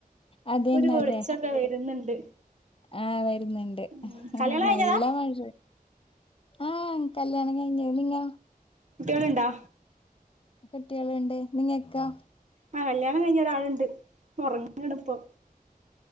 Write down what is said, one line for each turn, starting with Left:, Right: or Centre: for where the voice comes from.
Left: അതെന്നെ
Right: ഒരു വെളിച്ചൊക്കെ
Left: അതെ
Right: വരുന്നുണ്ട്
Left: ആഹ് വരുന്നുണ്ട്
Right: ഉം കല്യാണം കഴിഞ്ഞതാ
Left: നല്ല മഴ ആഹ് കല്യാണം കഴിഞ്ഞ നിങ്ങ
Right: കുട്ടിയൾണ്ടോ
Left: കട്ടികളുണ്ട് നിങ്ങക്കാ
Right: ആ കല്യാണം കഴിഞ്ഞ് ഒരാളുണ്ട് ഉറക്കാണിപ്പോ